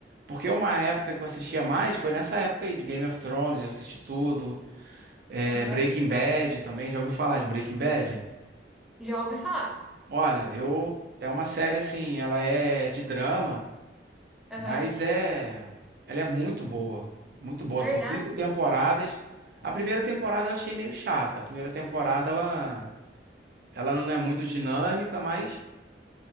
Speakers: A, on the right; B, in the centre.
A: Porque uma época que eu assistia mais foi nessa época aí de Game of Thrones, eu assisti tudo, é,
B: aham.
A: Breaking Bad também, já ouviu falar de Breaking Bad?
B: Já ouvi falar.
A: Olha, eu é uma série assim, ela é de drama,
B: Aham,
A: mas é ela é muito boa, muito boa.
B: Verdade.
A: São cinco temporadas. A primeira temporada eu achei meio chata. A primeira temporada ela ela não é muito dinâmica, mas